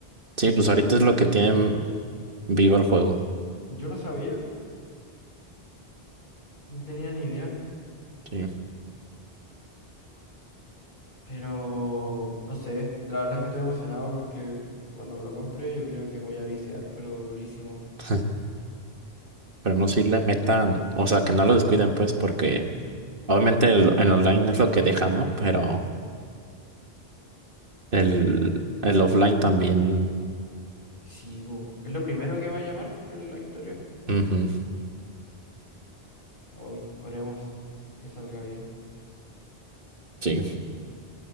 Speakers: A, on the right (about 55°); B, on the left (about 55°).
A: Sí, pues ahorita es lo que tienen vivo el juego.
B: Yo no sabía, no tenía ni idea,
A: Sí.
B: pero no sé, la verdad es que estoy emocionado porque cuando me lo compre yo creo que voy a viciar, pero durísimo.
A: <laughs> Esperemos si le metan, o sea, que no lo descuiden, pues, porque obviamente el, el online es lo que deja, ¿no? Pero el, el offline también.
B: Sí, po, es lo primero que va a llamar pues, la historia.
A: ujú,
B: Hoy, oremos que salga bien.
A: sí.